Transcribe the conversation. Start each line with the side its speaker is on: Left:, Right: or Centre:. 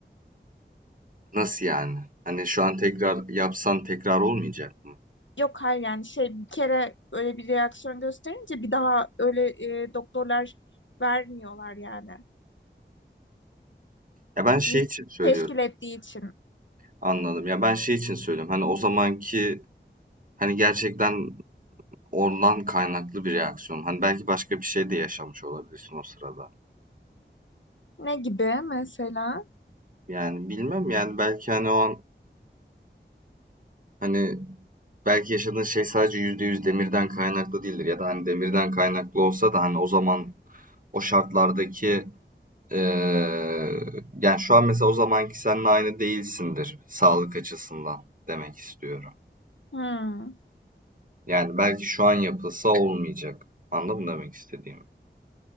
Right: Nasıl yani? Hani, şu an tekrar yapsan tekrar olmayacak mı?
Left: Yok hayır yani şey bir kere öyle bir reaksiyon gösterince bir daha öyle e, doktorlar vermiyorlar yani.
Right: Ya, ben şey
Left: risk
Right: için söylüyorum
Left: teşkil ettiği için.
Right: Anladım. Ya, ben şey için söylüyorum, hani, o zamanki, hani, gerçekten Ondan kaynaklı bir reaksiyon. Hani belki başka bir şey de yaşamış olabilirsin o sırada.
Left: Ne gibi mesela?
Right: Yani bilmem yani belki hani o an hani belki yaşadığın şey sadece %100 demirden kaynaklı değildir. Ya da hani demirden kaynaklı olsa da hani o zaman o şartlardaki eee, yani şu an mesela o zamanki seninle aynı değilsindir sağlık açısından demek istiyorum.
Left: Hmm.
Right: Yani belki şu an yapılsa olmayacak. Anladın mı demek istediğimi?